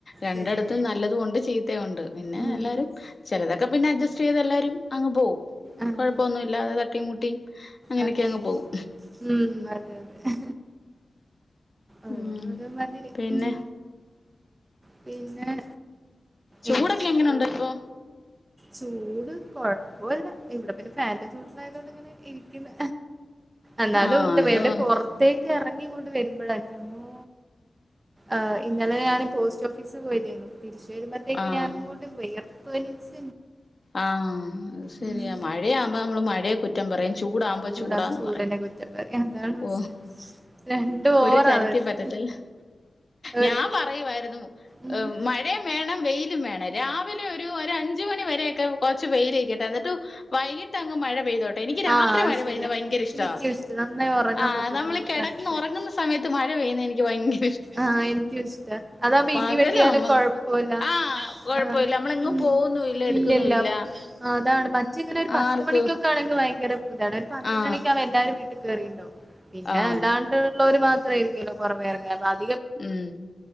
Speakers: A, on the left; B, on the right.
A: രണ്ടെടത്തും
B: ശരിയാ
A: നല്ലതു ഒണ്ട് ചീത്തേ ഒണ്ട് പിന്നെ
B: ഉം
A: എല്ലാരും ചെലത ഒക്കെ പിന്നെ അഡ്ജസ്റ്റൈയ്ത് എല്ലാരും അങ് പോവും
B: ആഹ്
A: കൊഴപ്പൊന്നുല്ലാതെ തട്ടിമുട്ടിം അങ്ങനൊക്കെ
B: അതെ
A: അങ്ങ് പോവും.
B: ഉം അതെ അതെ. ഓരോന്ന്
A: ഉം
B: ഓരോ മാതിരി
A: പിന്നെ
B: ഉം പിന്നെ
A: ചൂടക്കെ
B: ഇനി
A: എങ്ങനെണ്ട് ഇപ്പൊ
B: ചൂട് കൊഴപ്പോല്ല ഇവിടെ പിന്നെ ഫാന്റെ ചോട്ടിലായതോണ്ട് ഇങ്ങനെ ഇരിക്ക്ന്നു. എന്നാലും
A: ആഹ്
B: ഉണ്ട്
A: അയ്യോ
B: എവിടെ പൊറത്തേക്ക് എറങ്ങിങ്ങോട്ട് വരുമ്പഴാ. ന്റമ്മോ ആഹ് ഇന്നലെ ഞാന് പോസ്റ്റ് ഓഫീ സ പോയ <unintelligible> തിരിച്ച് വരുമ്പത്തേക്ക്
A: ആഹ്
B: ഞാനങ്ങോട്ട് വിയർ <unintelligible>
A: ആഹ് അത് ശരിയാ,
B: ഉം
A: മഴയാവുമ്പോ നമ്മള് മഴയെ കുറ്റം പറയും, ചൂട വുമ്പോ
B: ചൂടാ
A: ചൂടാന്ന്
B: ചൂടിനെ
A: പറയും.
B: കുറ്റം പറയാ അതാണ് പ്രശ്നം.
A: ഓ
B: രണ്ടും
A: ഒരുതരത്തി
B: ഓവറാവരുത്.
A: പറ്റത്തില്ല.
B: ഒരു
A: ഞാൻ പറയുവാരുന്നു.
B: ഉം
A: മഴയും വേണം വെയിലും വേണം എ രാവിലെ ഒരു ഒരഞ്ച് മണിവരെ കുറച്ചു വെയിലിക്കട്ടെ എന്നിട്ടു വൈകീട്ടങ്ങ് മഴ പെയ്തോട്ടെ. എനിക്ക് രാത്രി
B: ആഹ് അത്
A: മഴ
B: ശരിയാ.
A: പെയ്യുന്നത് ഭയങ്കര ഇഷ്ടാ.
B: എനിക്കും ഇഷ്ട നന്നായി ഒറങ്ങാൻ
A: ആഹ്
B: പറ്റും
A: നമ്മള്
B: നല്ല
A: കെടന്ന്
B: തണുപ്പില്.
A: ഉറങ്ങുന്ന സമയത്ത് മഴ പെയ്യുന്ന എനി ക്ക് ഭയങ്ക
B: ആഹ്, എനിക്കും ഇഷ്ടാ, അതാവുമ്പോ
A: പകല്
B: ഇടി വെട്ടിയാലും
A: നമ്മക്ക്
B: കൊഴപ്പവില്ല
A: ആ കൊഴപ്പമില്ല
B: ആഹ്
A: നമ്മളെങ്ങും
B: ഉം ഉം
A: പോകുന്നുമില്ല എടുക്കുന്നുമില്ല
B: ഇല്ലല്ലോ. അതാണ് മറ്റിങ്ങനെ ഒരു പത്ത്
A: ആർക്കും
B: മണിക്കൊക്കെ ആണെങ്കിൽ ഭയങ്കര ബുധനൊരു പന്ത്രണ്ടണിക്കാവും
A: ആ
B: എല്ലാരും വീട്ട് കേറിണ്ടാവും. പിന്നെ
A: ആ
B: അല്ലാണ്ട്ള്ളോര് മാ <unintelligible>
A: ഉം